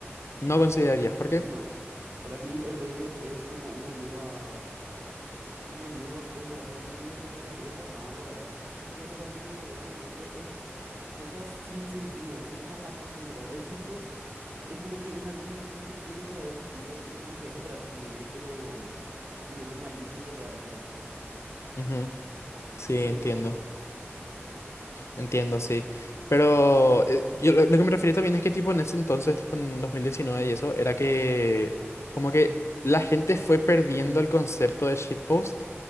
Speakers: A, on the left; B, on the right.
A: No considerarías, ¿por qué?
B: No, para mí el brain rot es como una nueva, una nueva cosa, o sea, no le compararía con nada, la verdad, porque es totalmente diferente. El brain rot es cosas sin sentido, es cosa absurda. El shitpost es como que en algún punto tiene otra vez sentido y como que es otra vez un meme, pero un meme malísimo que te da risa, ¿entendés?
A: Ujú, Sí,
B: Eso
A: entiendo,
B: es el shitpost.
A: entiendo, sí. Pero eh, yo lo, lo que me refería también es que tipo en ese entonces, tipo en 2019 y eso, era que como que la gente fue perdiendo el concepto de shitpost